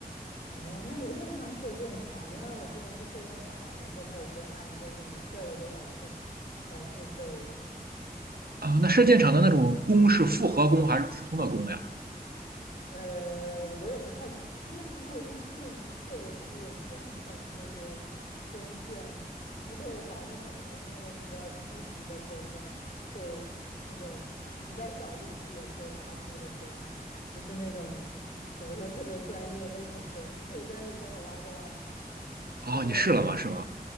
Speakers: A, on the left (about 80°); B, on the right (about 70°).
A: 哦，那有点像射箭场，因为我之前去射箭场玩的时候，它也是按就是你射了多少箭来付费的。
B: 啊。那射箭场的那种弓是复合弓还是普通的弓呀？
A: 呃，我也不太，因为其实我就去过一次，我自己也不是很懂，就是弓箭，而且我玩的可能还是那种比较初级的弓吧，就那种比较小力气也可以拉开的弓，不是那种怎么说特别专业那种弓，特别专业的弓我拉都拉不开，
B: 哦，
A: 所以我也分不清。
B: 你试了吗？是吗？